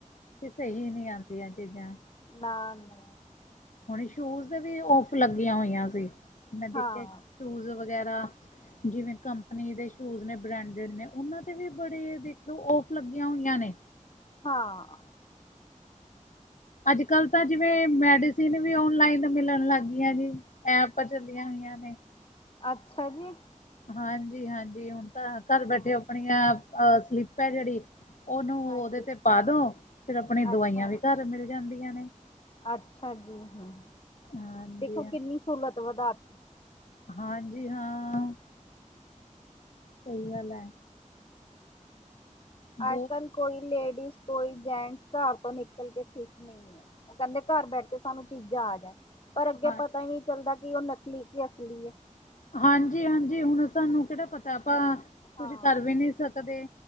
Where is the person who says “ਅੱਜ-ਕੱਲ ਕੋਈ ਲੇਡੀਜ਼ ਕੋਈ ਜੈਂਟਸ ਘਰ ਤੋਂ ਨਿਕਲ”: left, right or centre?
Left